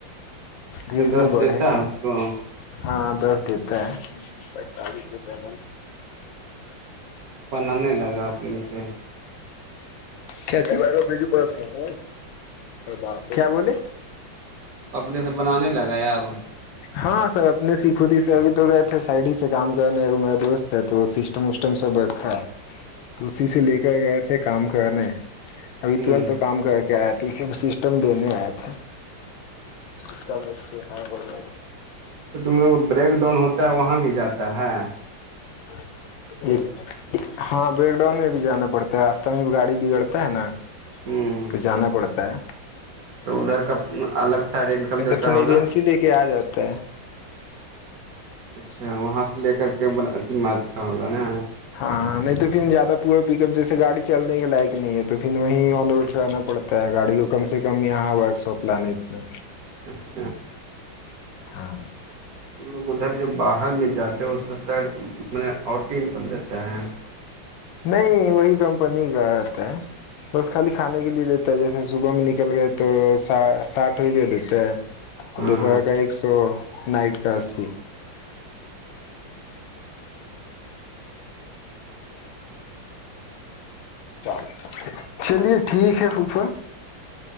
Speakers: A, on the left; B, on the right.
A: دھیرے
B: اچ
A: دھیرے
B: دس
A: بڑھے
B: دیتا ہے
A: گا
B: اس کو
A: ہاں دس دیتا ہے پینتالیس دیتا ہے
B: بنانے لگا اپنے سے
A: کچ ب بج پرس ک س ب کیا بولے
B: اپنے سے بنانے لگایا اب
A: ہاں سر اپنے سے ہی خود ہی سے اب تو گئے تھے سائڈ ہی سے کام کرنے میرا دوست س تو سٹم وٹم سب اھا ہے
B: <unintelligible>
A: اسی سے لے کر گئے تھے کام کرنے ابھی
B: ہوں
A: ترنت تو کام کر کیا سب سسٹم دینے آئے تھے سسٹم جائے گا
B: تو تم لوگ بریک ڈاؤن ہوتا ہے وہاں بھی جاتا ہے
A: <unintelligible> ہاں بیک ڈن میں بھی جانا پڑتا ہے راستہ میں بھی گاڑی بگڑتا ہے نا
B: ہوں
A: تو جانا پڑتا ہے
B: تو ادھر کا الگ سائڈ انکم
A: نہیں
B: دیتا
A: تو پھر
B: ہوگا
A: ایجنسی لے کے آ جاتا ہے
B: اچھا وہاں سے لے کر کے بل اتی ماتہ ہوگا نا
A: ہاںاں نہیں تو پھر زیادہ پورا پک اپ جیسے گاڑی چلنے کے لائق نہیں ہے تو پھر وہیں آن روڈ سے آنا پڑتا ت گاڑی کو کم سے کم یہاں ورک شاپ لان اتنا
B: <unintelligible> <inaudible> اچھا
A: ہاں
B: لوگ ادھر جو باہر میں جاتے ہیں اس کا سائڈ میں آٹین کم دیتے ہیں
A: نہیں وہی کمپنی کاتا ہے بس خالی کھانے کے لیے دیتا ہے جیسے صبح میں نکل گئے تو ساٹھ بھی دے دیتا ہے اور
B: ہاں
A: دوپہر کا ایک سو نائٹ کا اسی چا ب <unintelligible> <inaudible> چلیے ٹھیک ہے خفہ